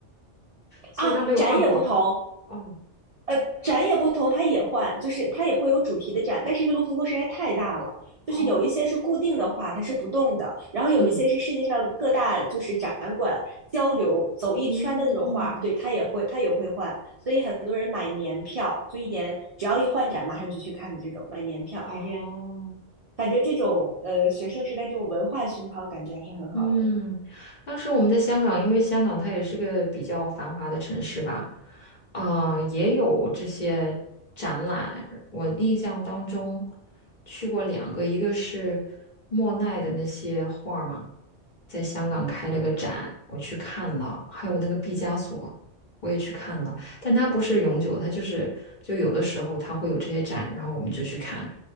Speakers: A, on the left; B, on the right.
A: 所以他没有换过啊。
B: 啊。展也不同，
A: 哦
B: 呃，展也不同，它也换，就是它也会有主题的展，但是因为卢浮宫实在太大了，就是有一些是固定的画，
A: 哦，
B: 它是不动的，然后有一些是世界上各大就是展馆交流走一圈的那种画，
A: 嗯嗯
B: 对，它也会它也会换，所以很多人买年票，就一点只要一换展马上就去看的这种，买年票还是
A: 哦
B: 感觉这种呃学生时代这种文化熏陶感觉还是很好的。
A: 嗯，当时我们在香港，因为香港它也是个比较繁华的城市吧，啊、也有这些展览。我印象当中去过两个，一个是莫奈的那些画儿嘛，在香港开了个展，我去看了，还有那个毕加索，我也去看了，但它不是永久他它就是就有的时候它会有这些展，然后我们就去看，